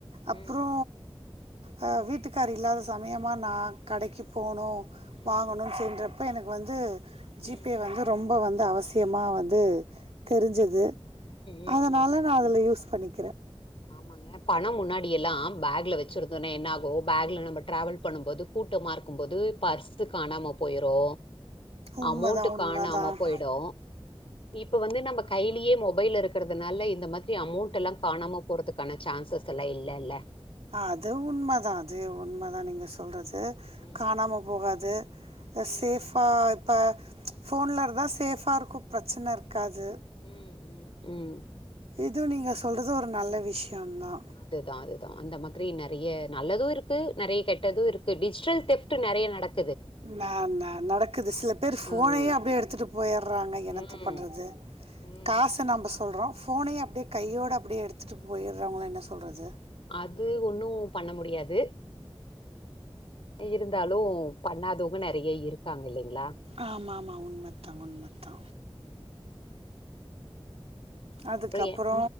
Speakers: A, on the right; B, on the left.
A: அப்றோ
B: ம்
A: ஆ வீட்டுக்காரு இல்லாத சமயமா நா கடைக்கு போணு
B: ம்
A: வாங்கணுன்
B: ம்
A: சொல் றப்ப எனக்கு வந்து ஜி
B: ம்
A: பே வந்து ரொம்ப வந்து அவசியமா வந்து தெரிஞ்சது
B: ம் ம்
A: அதனால
B: ம்
A: நா அதுல யூஸ் பண்ணிக்கிறே
B: ஆமாங்க பணோ முன்னாடியெல்லா பேக்ல வெச்சு சுருந்த உட்டே என்னாகு பேக்ல நம்ம ட்ராவல் பண்ணும்போது கூட்டமா இருக்கும்போது பர்ஸ் து காணாம போய்ரு
A: உண்மதான்,
B: அமௌண்ட்டு
A: உண்மதான்.
B: காணாம போய்டு இப்ப வந்து நம்ம கைலியே மொபைல் இருக்கறதுனால இந்த மாரி அமௌண்ட் எல்லா காணாம பொறத்துக்கான சான்சஸ் எல்லா இல்லல்ல
A: அது உண்மதா அது உண்மதா
B: ம்.
A: நீங்க சொல்றது
B: ம்.
A: காணாம போகாது
B: ம்.
A: சேஃபா இப்ப ஃபோன்ல இருந்தா சேஃபா இருக்கு ப்ரச்சன இருக்காது
B: ம் ம் ம்
A: இது நீங்க சொல்றது ஒரு நல்ல விஷயோந்தா
B: அதுதா அதுதா அந்த மாதிரி நறைய நல்லது இருக்கு நறைய கெட்டது இருக்கு டிஜிட்டல் தெஃப்ட்டு நறைய நடக்
A: ந ந நடக்குது சில பேர் ஃபோனயே
B: ம்.
A: அப்டியே எடுத்துட்டு போய்ற்றாங்க எனத்த
B: ம்.
A: பண்றது
B: ம்
A: காசு
B: அ.
A: நம்ப சொல்றோ ஃபோனயே அப்டியே
B: ம்.
A: கையோட அப்டியே எடுத்துட்டு போயிற்றவுங்களா என்ன சொல்றது
B: அது ஒன்னு பண்ண முடியாது இருந்தாலு பண்ணாதவங்க நறைய இருக்காங்க இல்லீங்ளா
A: ஆமா ஆமா உண்மத்தா உண்மத்தா
B: ம். அ
A: அதுக்கப்ரோ
B: அப்புறம் எ